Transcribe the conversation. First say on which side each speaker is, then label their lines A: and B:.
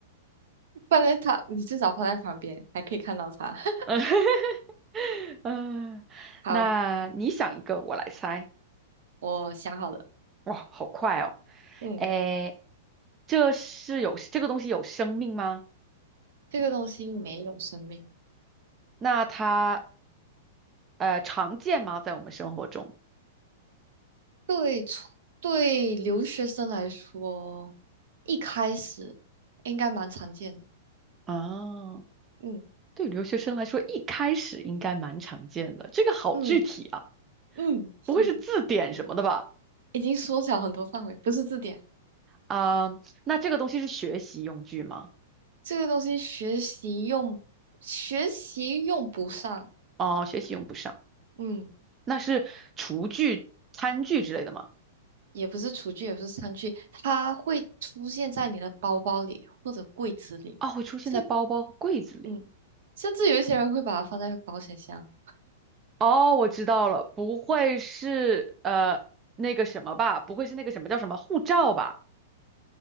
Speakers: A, on the right; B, on the right.
A: 放在它，你至少放在旁边，还可以看到它。<laughs>
B: <laughs> 嗯，嗯那你想一个，
A: 好，
B: 我来猜。
A: 我想好了，
B: 哇，好快哦！
A: 嗯，
B: 诶，这是有这个东西有生命吗？
A: 这个东西没有生命。
B: 那它呃常见吗？在我们生活中
A: 对初对留学生来说，一开始应该蛮常见的。
B: 啊，
A: 嗯
B: 对留学生来说，一开始应该蛮常见的。这个好具体啊。
A: 嗯嗯，
B: 不会是字典什么的吧？
A: <laughs> 已经缩小很多范围，不是字典，
B: 啊、那这个东西是学习用具吗？
A: 这个东西学习用，学习用不上，
B: 哦，学习用不上，
A: 对，嗯，
B: 那是厨具、餐具之类的吗？
A: 也不是厨具，也不是餐具，它会出现在你的包包里或者柜子里，
B: 啊、会出现在包包和柜子里。
A: 甚，嗯，甚至有一些人会把它放在保险箱。
B: 哦，我知道了，不会是呃那个什么吧？不会是那个什么叫什么护照吧？